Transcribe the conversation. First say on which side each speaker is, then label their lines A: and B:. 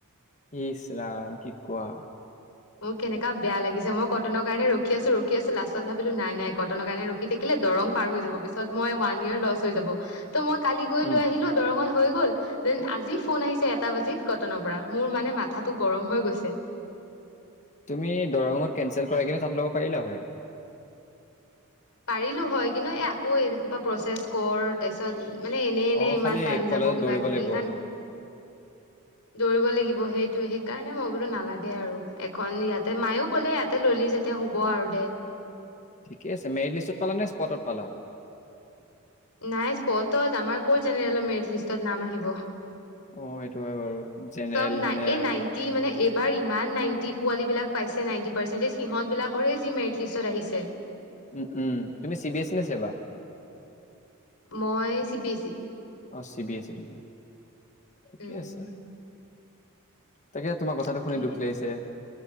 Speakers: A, on the left; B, on the left.
A: ইছৰাম কি কোৱা
B: মোৰ কেনেকা বেয়া লাগিছে মই কটনৰ কাৰণে ৰখি আছো ৰখি আছো লাষ্টত ভাবিলো নাই নাই কটনৰ কাৰণে ৰখি থাকিলে দৰং পাৰ হৈ যাব পিছ পিছত মই ওৱান ইয়েৰ লছ হৈ যাব ত' মই কালি গৈ
A: উম
B: লৈ আহিলো দৰঙত হৈ গ'ল দেন আজি ফোন আহিছে এটা বাজিত কটনৰ পৰা মোৰ মানে মাথাটো গৰম হৈ গৈছে
A: তুমি দৰঙত কেনচেল কৰাই কিনে তাত ল'ব পাৰিলা হয়
B: পাৰিলোঁ হয় কিন্তু এই আকৌ এ হোপা প্ৰচেছ কৰ তা--ছত মানে এনে এনে
A: অ
B: ইমান
A: খালি
B: টাইম
A: কলেজত
B: যাব কিবা
A: দৌৰিব
B: কিবি
A: লাগিব
B: কাৰণ
A: আৰু
B: দৌৰিব লাগিব সেইটোয়ে সেইকাৰণে মই বোলো নালাগে আৰু এখন ইয়াতে মায়েও ক'লে ইয়াতে ল'লি যেতিয়া হব আৰু দে
A: ঠিকে আছে মেৰিট লিষ্টত পালা নে স্পটত পালা
B: নাই স্পটত আমাৰ ক জেনেৰেল মেৰিট লিষ্টত নাম আহিব
A: অ', সেইটো হয় বাৰু জেনেৰেল
B: চব নাই
A: মানে
B: এই
A: আৰু
B: নাইনটি মানে এইবাৰ ইমান নাইনটি পোৱালী বিলাক পাইছে নাইনটি পাৰ্চেণ্টিজ সিহঁতবিলাকৰে যি মেৰিট লিষ্টত আহিছে
A: উম উম তুমি চি বি এছ ই নে ছেবা
B: মই চি বি এছ ই
A: অঁ চি বি এ চি তুমি ঠিকে
B: উম
A: আছে তাকে তোমাৰ কথাটো
B: তাকেহে
A: শুনি দুখ লাগিছে